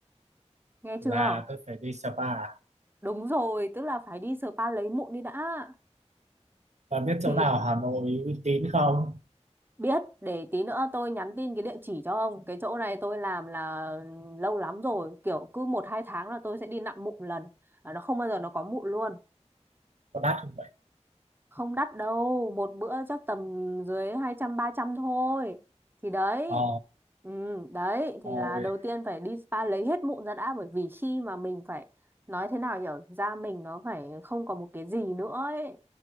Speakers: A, on the right; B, on the right.
A: nghe
B: là
A: chưa?
B: tôi phải đi spa
A: Đúng rồi, tức là phải đi spa lấy mụn đi đã.
B: và biết chỗ
A: Thì
B: nào Hà Nội uy tín không
A: biết để tí nữa tôi nhắn tin cái địa chỉ cho ông. Cái chỗ này tôi làm là lâu lắm rồi, kiểu cứ một hai tháng là tôi sẽ đi nặn mụn lần. À, Nó không bao giờ nó có mụn luôn.
B: có đắt không vậy
A: không đắt đâu một bữa chắc tầm dưới hai trăm ba trăm thôi thì đấy
B: ờ
A: ừ, đấy thì
B: rồi
A: là đầu tiên phải đi spa lấy hết mụn ra đã bởi vì khi mà mình phải nói thế nào hiểu da mình nó phải không còn một cái gì nữa ấy